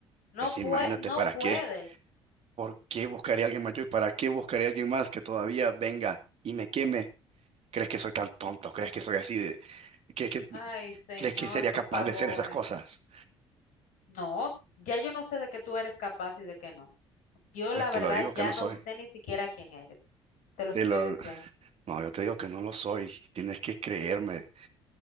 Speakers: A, on the left; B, on the right.
A: No
B: Pues sí,
A: puede,
B: imagínate
A: no
B: para
A: puede.
B: qué. ¿Por qué buscaría a alguien más yo y para qué buscaría a alguien más que todavía venga y me queme? ¿Crees que soy tan tonto? ¿Crees que soy así de... que- que-
A: Ay, señor,
B: ¿Crees que sería
A: por
B: capaz
A: favor.
B: de hacer esas cosas?
A: No, ya yo no sé de qué tú eres capaz y de qué no. Yo
B: Pues
A: la
B: te
A: verdad
B: lo digo
A: ya
B: que no
A: no
B: soy.
A: sé ni siquiera quién eres. Te lo
B: Te
A: estoy
B: lo...
A: diciendo.
B: No, yo te digo que no lo soy. Tienes que creerme.